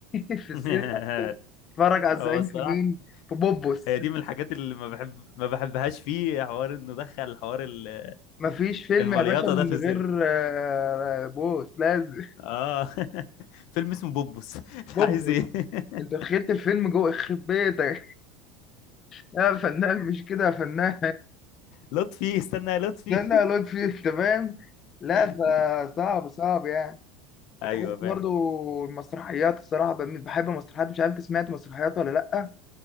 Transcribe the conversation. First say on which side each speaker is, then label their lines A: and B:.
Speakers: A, on the left; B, on the left.
A: <laughs> في السينما
B: <laughs>
A: اتفرج على
B: هو
A: الزعيم
B: الصراحة
A: في مين في بوبوس
B: هي دي من الحاجات اللي ما بحب ما بحبهاش فيه حوار انه دخل حوار ال-
A: مفيش فيلم
B: المليطة
A: يا باشا من
B: ده في السينما
A: غير آه، بوس لازم
B: اه <laughs> فيلم اسمه بوبوس <laughs> انت
A: بوبوس
B: عايز ايه <laughs>
A: انت دخلت الفيلم جوه يخرب بيتك <laughs> لا يا فنان مش كده يا فنان
B: لطفي استنى يا لطفي
A: استنى يا لطفي انت فاهم لا
B: <laughs>
A: فصعب صعب يعني
B: ايوه
A: بتحس
B: فعلا
A: برضو المسرحيات الصراحة بم- بحب المسرحيات مش عارف انت سمعت مسرحيات ولا لأ